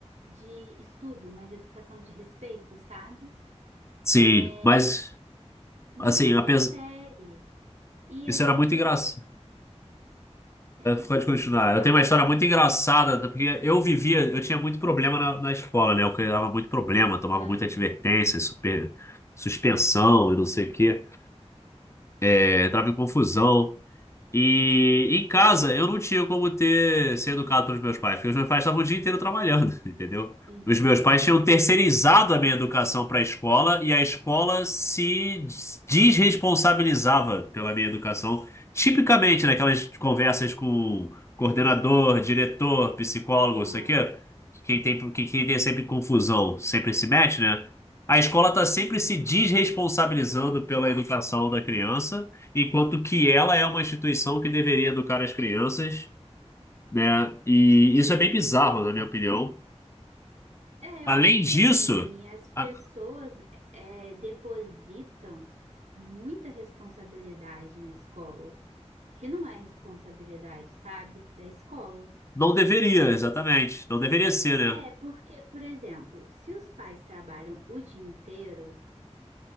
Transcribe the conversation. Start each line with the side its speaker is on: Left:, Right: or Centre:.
Right: de estudo, mas educação de respeito, sabe?
Left: Sim,
Right: É,
Left: mas
Right: não
Left: assim,
Right: interfere.
Left: apesar
Right: E
Left: isso
Right: a gente
Left: era muito
Right: às
Left: engraçado.
Right: vezes <laughs>
Left: Pode continuar.
Right: fala,
Left: Eu tenho uma história muito engraçada, porque eu vivia, eu tinha muito problema na, na escola, né? Eu criava muito problema, tomava
Right: ah,
Left: muita advertência, super, suspensão e não sei o quê. É, entrava em confusão. E em casa eu não tinha como ter ser educado pelos meus pais, porque os meus pais estavam o dia inteiro trabalhando, <laughs> entendeu?
Right: entendi.
Left: Os meus pais tinham terceirizado a minha educação para a escola e a escola se desresponsabilizava pela minha educação, tipicamente naquelas conversas com coordenador,
Right: É,
Left: diretor, psicólogo,
Right: aham.
Left: isso aqui, que quem tem, que quem tem sempre confusão, sempre se mete, né? A escola está sempre se desresponsabilizando pela educação da criança. Enquanto que ela é uma instituição que deveria educar as crianças, né? E isso é bem bizarro, na minha opinião.
Right: É,
Left: Além
Right: eu acho
Left: disso,
Right: que assim, as pessoas
Left: a-
Right: é, depositam muita responsabilidade na escola, que não é responsabilidade, sabe, da escola,
Left: não deveria,
Right: entende?
Left: exatamente. Não deveria ser, né?
Right: É, porque, por exemplo, se os pais trabalham o dia inteiro,